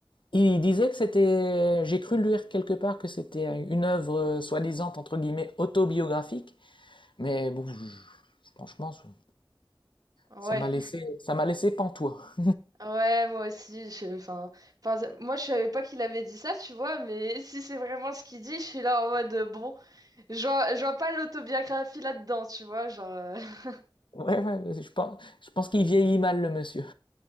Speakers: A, on the left (about 80°); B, on the right (about 50°).
A: il disait que c'était. J'ai cru lire quelque part que c'était euh, une œuvre euh, soi-disant entre guillemets autobiographique. Mais bon, je- franchement, ça
B: Ouais.
A: ça m'a laissé, ça m'a laissé pantois. <laughs>
B: Ouais, moi aussi, je... enfin, enfin, c'est- moi, je savais pas qu'il avait dit ça, tu vois, mais <laughs> si c'est vraiment ce qu'il dit, je suis là en mode, euh, bon, je vois, je vois pas l'autobiographie là-dedans, tu vois, genre... euh, <laughs>
A: Ouais, ouais, je pense, je pense qu'il vieillit mal le monsieur.